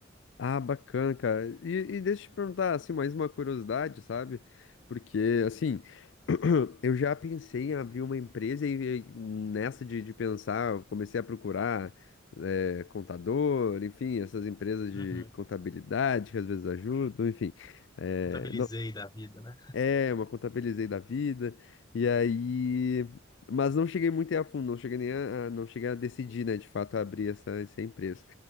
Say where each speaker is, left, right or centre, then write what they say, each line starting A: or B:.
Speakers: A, on the left; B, on the left.
A: Ah, bacana, cara. E, e deixa eu te perguntar, assim, mais uma curiosidade, sabe? Porque, assim, <clears throat> eu já pensei em abrir uma empresa e e nessa de, de pensar, eu comecei a procurar, eh, contador, enfim, essas empresas de
B: Uhum.
A: contabilidade que às vezes ajudam, enfim. Eh,
B: Contabilizei da vida, né?
A: É, uma contabilizei da vida. E aí. Mas não cheguei muito a fundo, não cheguei nem a, a- não cheguei a decidir, né, de fato, abrir essa, essa empresa.